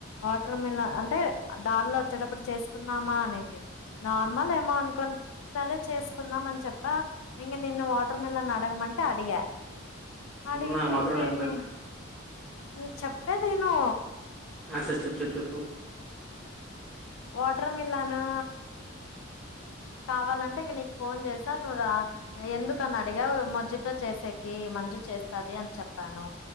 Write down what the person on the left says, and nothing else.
వాటర్ మిల్ అంటే దారిలో వచ్చేటప్పుడు చేసుకుందామా అనింది. నార్మల్ ఏమో అనుకోన్నాను సరే చేసుకుందాం అని చెప్ప. ఇంకా నిన్న వాటర్ మిలన్ అడగమంటే అడిగా అడిగితే
నేనే.
నేను చెప్పేది విను
వాటర్ మిలాను. కావాలంటే నేను నీకు ఫోన్ చేస్తా తన్ను రా ఎందుకని అడిగా మజ్జిగతో చేసేకి మంజు చేస్తది అని చెప్పాను